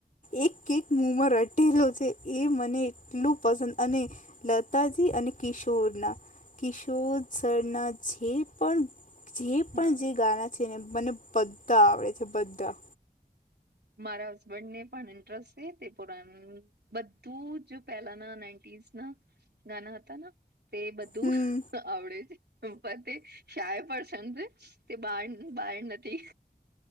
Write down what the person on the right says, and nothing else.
હા
મારા હસબેન્ડ ને પણ ઇન્ટરેસ્ટ છે તે પુરા બધું જો પહેલાના નાઇન્ટીસ ના ગાના હતા તે બધું
આવડે છે પણ તે શાય પરસન છે તે બા બાર નથી